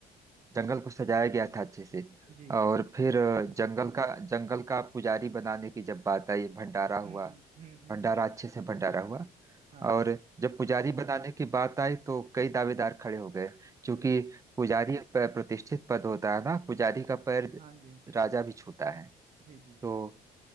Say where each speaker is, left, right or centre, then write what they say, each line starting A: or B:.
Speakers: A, on the right; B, on the right.
A: जंगल को सजाया गया था अच्छे से
B: जी
A: और फिर जंगल का जंगल का पुजारी बनाने की जब बात आई भंडारा हुआ
B: हम्म हम्म हम्म
A: भंडारा अच्छे से भंडारा हुआ
B: हाँ
A: और
B: हाँ
A: जब पुजारी बनाने की बात आई तो कई दावेदार खड़े हो गए क्योंकि
B: जी
A: पुजारी एक प- प्रतिष्ठित पद होता है ना पुजारी का पैर
B: हाँ जी
A: राजा भी छूता है
B: जी जी
A: तो
B: जी